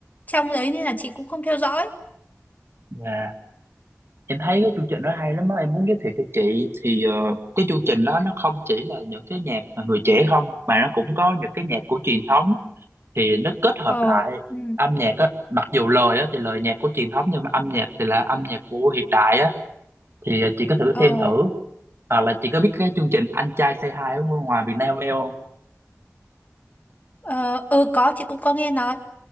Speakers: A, on the left; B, on the right.
A: Trong đấy nên là chị cũng không theo dõi.
B: Dạ, Em thấy cái chương trình đó hay lắm á em muốn giới thiệu cho chị thì ờ, cái chương trình đó nó không chỉ là những cái nhạc mà người trẻ không mà nó cũng có những cái nhạc của truyền thống thì nó kết hợp
A: Ồ,
B: lại
A: Ừ.
B: âm nhạc á mặc dù lời á thì lời nhạc của truyền thống nhưng mà âm nhạc thì là âm nhạc của hiện đại á thì à, chị có thử
A: ờ,
B: xem thử hoặc là chị có biết cái chương trình Anh trai Say Hi ở ngoài Việt Nam em không
A: ờ, ừ có chị cũng có nghe nói.